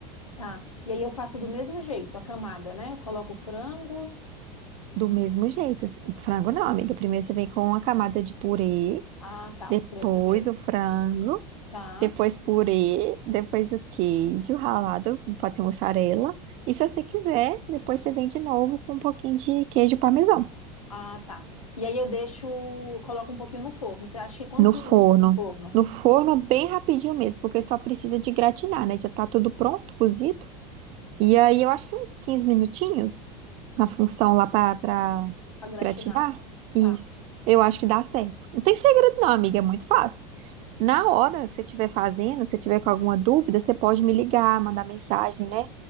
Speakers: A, on the left (about 80°); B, on the right (about 40°).
A: Tá. E aí eu faço do mesmo jeito, a camada, né? Eu coloco o frango.
B: Do mesmo jeito. Assim, Frango não, amiga. Primeiro você vem com uma camada de purê,
A: Ah, tá,
B: depois
A: vou por aí primeiro.
B: o frango.
A: Tá.
B: Depois purê, depois o queijo ralado, pode ser mussarela. E se você quiser, depois você vem de novo com um pouquinho de queijo parmesão.
A: Ah, tá. E aí eu deixo, coloco um pouquinho no forno. Você acha que quantos
B: No
A: minutos
B: forno.
A: no forno
B: No forno, bem rapidinho mesmo, porque só precisa de gratinar, né? Já tá tudo pronto, cozido. E aí eu acho que uns 15 minutinhos na função lá pra pra
A: pra gratinar?
B: gratinar. Isso.
A: Tá,
B: Eu acho que dá certo. Não tem segredo não, amiga, é muito fácil. Na
A: tá bom.
B: hora que você estiver fazendo, se você tiver com alguma dúvida, você pode me ligar, mandar mensagem, né?